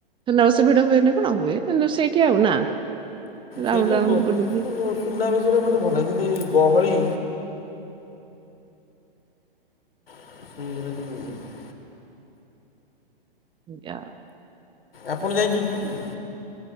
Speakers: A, on the right (about 15°); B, on the left (about 75°).
A: ସୁନାବେଶ ଭିଡ ହୁଏନା ନା କଣ ହୁଏ କିନ୍ତୁ ସେଇଠି ଆଉ ନା ରାଉଣ୍ଡ
B: ସେଇ ଯୋଉ
A: ରାଉଣ୍ଡ ବୁଲିକି
B: ବ ସୁନା ବେଶରେ ମୋତେ ଭଲ ଲାଗେ ଯିନ୍ତି ଗହଳି <unintelligible>
A: <unintelligible>
B: ଆପଣ ଯାଇଛନ୍ତି। <unintelligible>